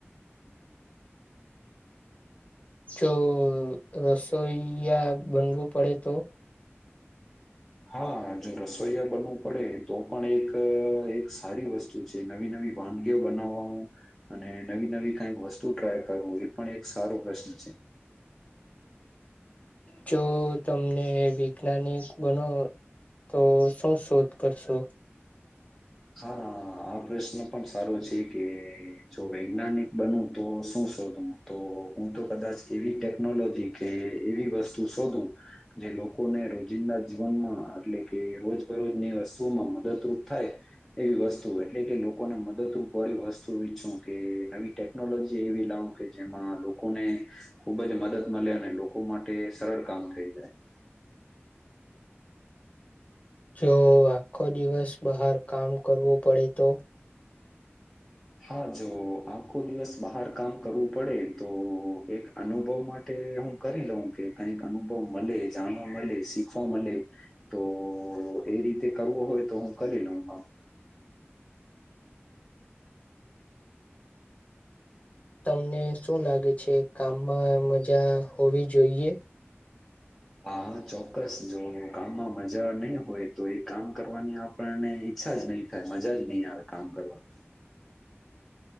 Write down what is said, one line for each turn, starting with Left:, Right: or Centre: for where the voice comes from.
Left: જો રસોઈયા બનવું પડે તો?
Centre: હા જો રસોઈયા બનવું પડે તો પણ એક એક સારી વસ્તુ છે નવી નવી વાનગીઓ બનાવા અને નવી નવી કાઈક વસ્તુ ટ્રાય કરવું, એ પણ એક સારો પ્રશ્ન છે.
Left: જો તમને વિજ્ઞાનિક બનો તો શું શોધ કરશું?
Centre: હા આ પ્રશ્ન પણ સારો છે કે જો વૈજ્ઞાનિક બન તો શું શો ધૂ, તો હું તો કદાચ એવી ટેકનોલોજી કે એવી વસ્તુ શોધું, જે લો કોને રોજિંદા જીવનમાં અટલે કે રોજ બરોજની વસ્તુઓમાં મદદરૂપ થાય એવી વસ્તુ એટલે કે લોકોને મદદરૂપ વાડી વસ્તુ વીછું કે નવી ટેકનોલોજી એવી લા વુ કે જેમાં લોકોને ખુબ જ મદદ મલે અને લોકો માટે સરળ કામ થઈ જાય. <inaudible>
Left: જો આખો દિવસ બહાર કામ કરવું પડે તો?
Centre: હા જો આખો દિવસ બાહાર કામ કરવું પડે તો, એક અનુભવ માટે હું કરી લઉં કે કઈક અનુભવ મલે, જાણવા મલે શીખવા મલે, તો તો એ રીતે કરવો હોય તો હું કરી લઉ હ.
Left: તમને શું લાગે છે કામમાં મજા હોવી જોઈએ?
Centre: હા હા ચોક્કસ જોઇયે, કામમાં મજા નહી હોય તો એ કામ કરવાની આપણને ઇચ્છા જ નહીં થાય મજા જ નહીં આવે કામ કરવાનું.